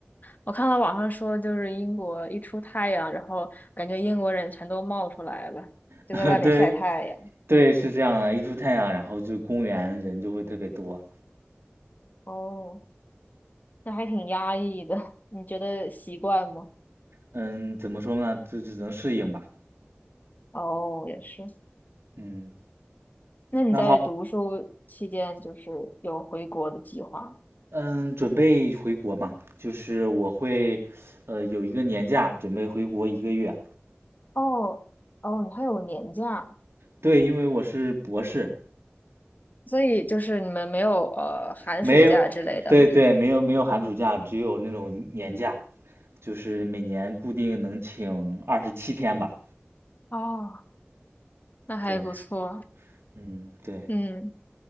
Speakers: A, on the left (about 45°); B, on the right (about 80°).
A: 我看到网上说，就是英国一出太阳，然后感觉英国人全都冒出来了。就在外面晒太阳。
B: <laughs> 对，对，是这样的，一出太阳，然后就公园人就会特别多。
A: 哦，那还挺压抑的。你觉得习惯吗？
B: 嗯，怎么说呢？就只能适应吧。
A: 哦，也是。
B: 嗯，
A: 那你在读书期间，
B: 那好，
A: 就是有回国的计划吗
B: 嗯，准备回国嘛，就是我会，呃，有一个年假，准备回国一个月。
A: 哦哦，你还有年假，
B: 对，因为我是博士，
A: 所以就是你们没有呃寒暑假之类的，
B: 没有，对对，没有没有寒暑假，只有那种年假，就是每年固定能请二十七天吧。
A: 哦，那还不错。
B: 对，嗯，对。
A: 嗯，